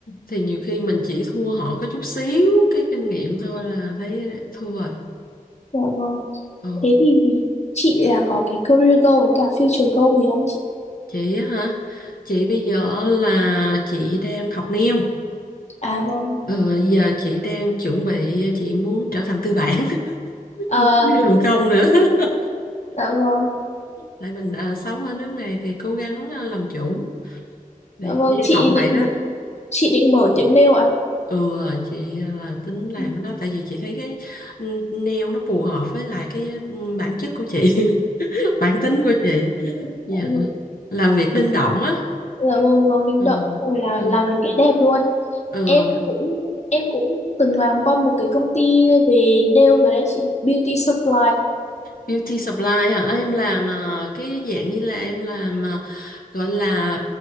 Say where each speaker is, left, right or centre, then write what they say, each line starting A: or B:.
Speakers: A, on the left; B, on the left.
A: thì nhiều khi mình chỉ thua họ có chút xíu cái kinh nghiệm thôi là thấy thua rồi.
B: Dạ vâng.
A: Ờ,
B: Thế thì chị là có cái career goal với cả future goal gì không chị?
A: chị á hả? Chị bây giờ là chị đang học neo.
B: À vâng.
A: Ừ, giờ chị đang chuẩn bị chị muốn trở thành tư bản, <laughs>
B: À,
A: không có đi làm công nữa. <laughs>
B: dạ vâng.
A: Tại mình ờ, sống ở nước này thì cố gắng ờ, làm chủ. Thì
B: Dạ vâng,
A: hy
B: chị
A: vọng vậy
B: định
A: đó.
B: chị định mở tiệm nail ạ?
A: Ừ, chị à, là tính làm
B: Dạ
A: cái đó tại vì chị thấy cái ừ, nail nó phù hợp với lại cái ừ, bản chất của chị <laughs> bản tính của chị Dạ,
B: vâng.
A: làm việc linh động á
B: Dạ vâng, vâng linh
A: ừ.
B: động. Rồi là
A: Ừ.
B: làm được cái đẹp luôn.
A: ừ.
B: em cũng em cũng từng làm qua một cái công ty về nail rồi đấy chị beauty supply
A: Beauty supply hả em làm ờ, cái dạng như là em làm ờ, gọi là